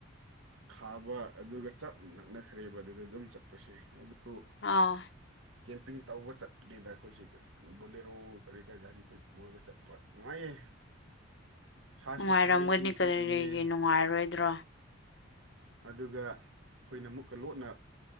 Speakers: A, on the right (about 75°); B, on the left (about 55°).
A: ꯈꯥꯕ ꯑꯗꯨꯒ ꯆꯥꯛ ꯅꯛꯅꯈ꯭ꯔꯦꯕ ꯑꯗꯨꯗ ꯑꯗꯨꯝ ꯆꯠꯄꯁꯦ ꯑꯗꯨ
B: ꯑꯥ
A: ꯀꯦꯝꯄꯤꯡ ꯇꯧꯕ ꯆꯠꯄꯅꯤꯗ ꯑꯩꯈꯣꯏꯁꯦ ꯕꯣꯂꯦꯔꯣ ꯀꯔꯤꯗ ꯒꯥꯔꯤꯈꯣꯏ ꯄꯨꯔꯒ ꯆꯠꯄ ꯅꯨꯡꯉꯥꯏꯌꯦ ꯁꯥꯁꯨ
B: ꯅꯨꯡꯉꯥꯏꯔꯝꯒꯅꯤ
A: ꯁꯥꯏ ꯏꯪꯁꯨ
B: ꯀꯔꯤꯒꯤ
A: ꯏꯪꯉꯦ
B: ꯅꯨꯡꯉꯥꯏꯔꯣꯏꯗ꯭ꯔꯣ
A: ꯑꯗꯨꯒ ꯑꯩꯈꯣꯏꯅ ꯃꯨꯛꯀ ꯂꯣꯟꯠꯅ